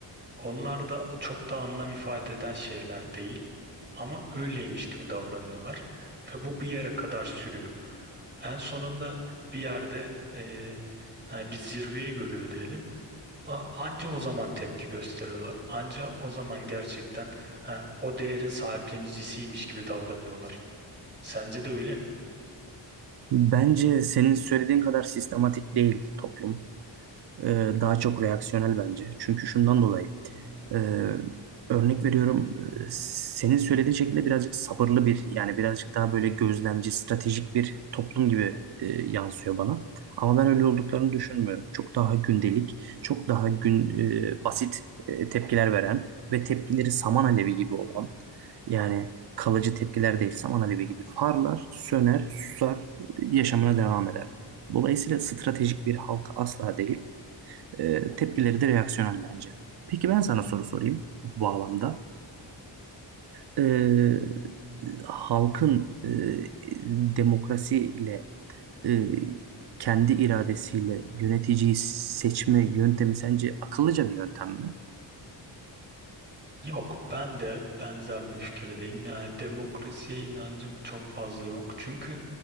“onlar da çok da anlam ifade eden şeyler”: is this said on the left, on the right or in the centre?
Right